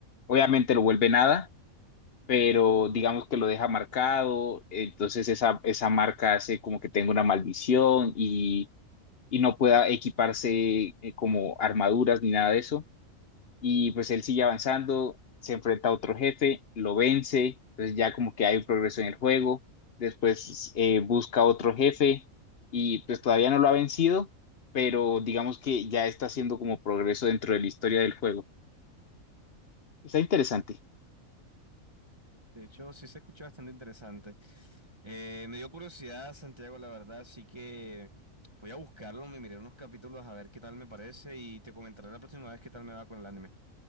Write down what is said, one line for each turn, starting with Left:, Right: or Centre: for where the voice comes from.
Left: Obviamente lo vuelve nada, pero digamos que lo deja marcado, entonces esa, esa marca hace como que tenga una maldición y, y no pueda equiparse eh, como armaduras ni nada de eso y pues él sigue avanzando, se enfrenta a otro jefe, lo vence, entonces ya como que hay un progreso en el juego, después eh, busca otro jefe y pues todavía no lo ha vencido, pero digamos que ya está haciendo como progreso dentro de la historia del juego. Está interesante.
Right: De hecho, sí se escucha bastante interesante. Eh, me dio curiosidad, Santiago, la verdad, así que voy a buscarlo, me miré unos capítulos a ver qué tal me parece y te comentaré la próxima vez qué tal me va con el anime.